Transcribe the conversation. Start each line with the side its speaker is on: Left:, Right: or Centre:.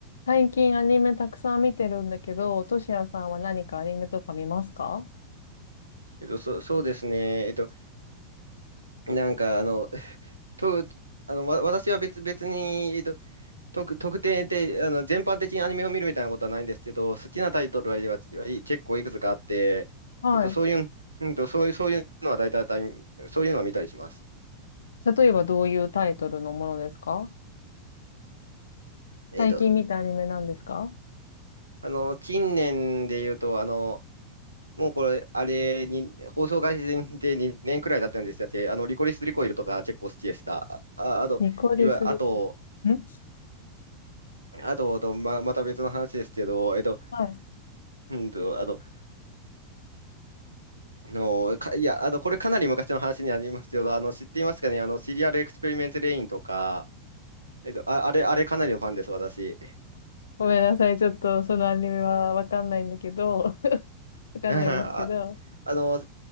Left: 最近アニメたくさん見てるんだけど、トシヤさんは何かアニメとか見ますか
Right: えっと、そう、そうですね。えっと、なんか、あの、と、あの、わ、私は別、別に、えっと、特、特定で、あの、全般的にアニメを見るみたいなことはないんですけど、好きなタイトルは、ははい結構いくつかあって、
Left: はい。
Right: えっと、そういう、うんと、そういう、そういうのは大体、そういうのは見たりします。
Left: 例えばどういうタイトルのものですか
Right: えっと、
Left: 最近見たアニメなんですか
Right: あの、近年で言うと、あの、もうこれ、あれに、放送開始で2年くらいだったんですだって、あの、リコリス・リコイルとか結構好きでした。あ、あと、
Left: ニコリスリ
Right: いわ、あと、
Left: ん
Right: あと、とま、また別の話ですけど、えっと、
Left: はい。
Right: うんと、あの、あの、か、いや、あの、これかなり昔の話になりますけど、あの、知っていますかね、あの、シリアルエクスペリメントレインとか、えっと、あ、あれ、あれかなりのファンです、私。
Left: ごめんなさい。ちょっとそのアニメはわかんないんだけど、<laughs>
Right: <laughs>
Left: わかんないんですけど。
Right: あ、あの、